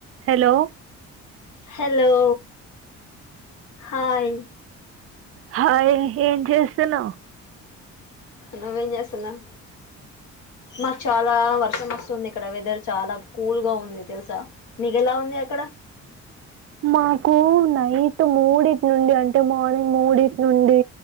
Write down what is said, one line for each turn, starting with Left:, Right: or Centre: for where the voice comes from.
Right: Hello
Left: hello hi
Right: hi ఏం చేస్తున్నావు
Left: నువ్వేం చేస్తున్నావ్ మాకు చాలా వర్షం వస్తుంది ఇక్కడ వెదర్ చాలా కూల్ గా ఉంది తెలుసా మీకు ఎలా ఉంది అక్కడ
Right: మాకు నైట్ మూడిటి నుండి అంటే మార్నింగ్ మూడిటి నుండి